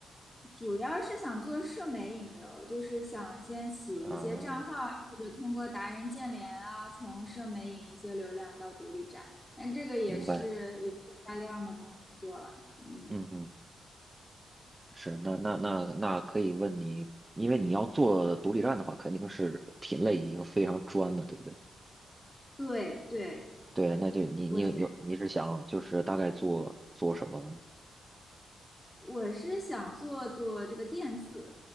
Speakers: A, on the left (about 15°); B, on the right (about 20°).
A: 主要是想做社媒引流，就是想先起一些账号啊，
B: 啊，
A: 或者通过达人建联啊，从社媒引一些流量到独立站。但这个也是也是大量的工作了。
B: 明白，
A: 嗯，
B: 嗯哼，是，那那那那可以问你，因为你要做独立站的话，肯定是品类已经非常专了，对不对？
A: 对对，
B: 对，那就你你有你是想就是大概做做什么？
A: 我是。我是想做做这个电子